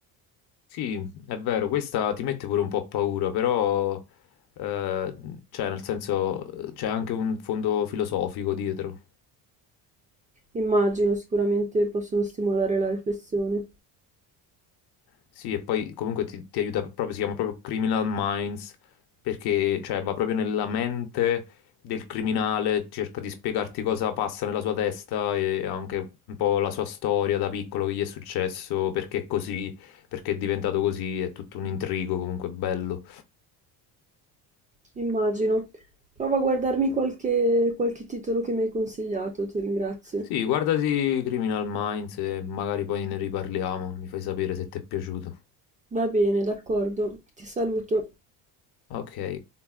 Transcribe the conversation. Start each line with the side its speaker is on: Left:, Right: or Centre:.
Left: Sì, è vero, questa ti mette pure un po' paura, però, eh, cioè, nel senso, c'è anche un fondo filosofico dietro.
Right: Immagino, sicuramente possono stimolare la riflessione.
Left: Sì, e poi comunque ti, ti aiuta proprio, si chiama proprio Criminal Minds, perché, cioè, va proprio nella mente del criminale, cerca di spiegarti cosa passa nella sua testa e anche un po' la sua storia da piccolo, che gli è successo, perché è così, perché è diventato così, è tutto un intrigo comunque bello.
Right: Immagino. Prova a guardarmi qualche, qualche titolo che mi hai consigliato, ti ringrazio.
Left: Sì, guardati Criminal Minds e magari poi ne riparliamo, mi fai sapere se ti è piaciuto.
Right: Va bene, d'accordo. Ti saluto.
Left: Ok,